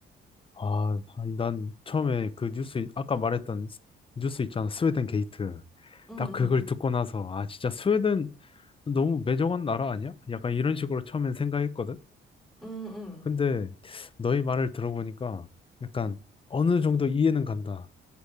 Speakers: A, on the left (about 25°); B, in the centre.
A: 아, 아니, 난 처음에 그 뉴스, 아까 말했던 스- 뉴스 있잖아. 스웨덴 게이트.
B: 응,
A: 딱
B: 응,
A: 그걸 듣고 나서, 아, 진짜 스웨덴 너무 매정한 나라 아니야? 약간 이런 식으로 처음엔 생각했거든.
B: 응, 응, 응.
A: 근데 너의 말을 들어보니까 약간 어느 정도 이해는 간다.